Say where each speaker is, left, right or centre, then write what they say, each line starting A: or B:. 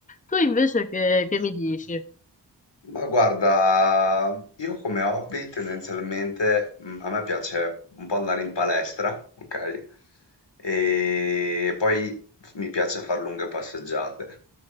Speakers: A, on the left; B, on the left.
A: Tu invece che, che mi dici?
B: Ma guarda, io come hobby tendenzialmente, mhmm, a me piace un po' andare in palestra, okay, e poi f mi piace far lunghe passeggiate.